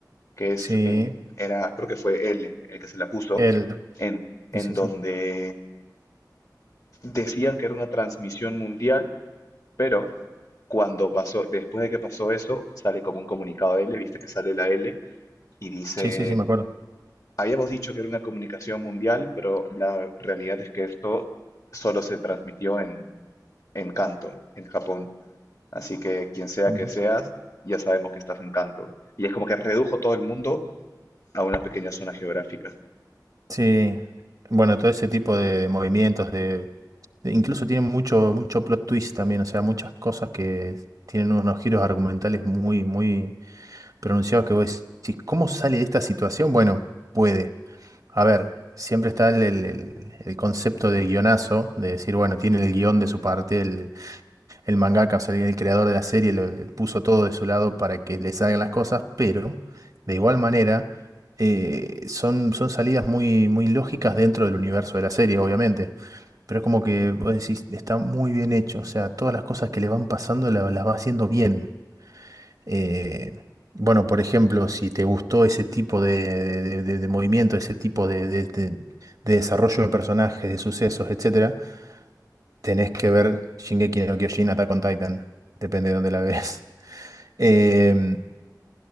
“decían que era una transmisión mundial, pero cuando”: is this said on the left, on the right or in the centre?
Left